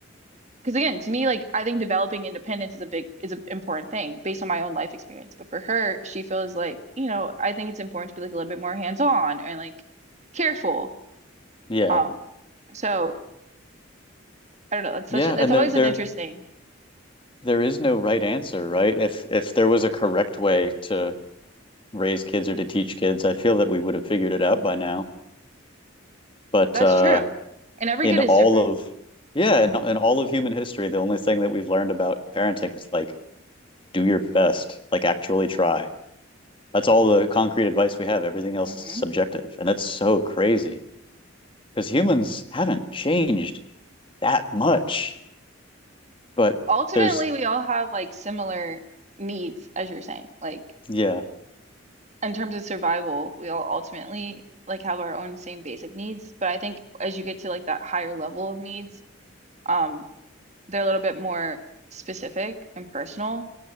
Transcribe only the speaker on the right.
because again, to me, like I think developing independence is a big is an important thing based on my own life experience. But for her, she feels like, you know, I think it's important to be like a little bit more hands-on and like careful.
Um, so I don't know, it's
such a,
it's always
an interesting.
That's
true. And every
kid
is different.
hmm
ultimately
we all have like similar needs as you're saying like
in terms of survival we all ultimately like have our own same basic needs but I think as you get to like that higher level of needs um they're a little bit more specific and personal